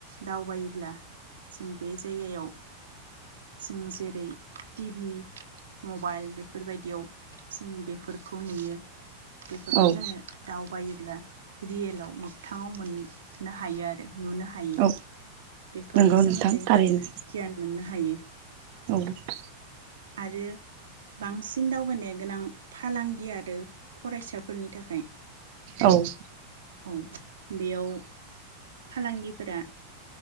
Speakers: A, on the right; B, on the right.
A: दावबायोब्ला जों बे जायगायाव जों जेरै टिभि मबाइल बेफोरबायदियाव जों बेफोरखौ नुयो बेफोरखौ
B: औ
A: जोङो दाउ बायोब्ला रियेलाव मोगथाङाव मोननो हायो आरो नुनो हायो
B: औ
A: बेफोरनि
B: नंगौ
A: सोमोन्दै
B: नोंथां थारैनो
A: गियान मोननो हा हायो
B: औ
A: आरो बांसिन दावबायनाय गोनां फालांगि आरो फरायसाफोरनि थाखाय
B: औ
A: औ बेयाव फालांगिफोरा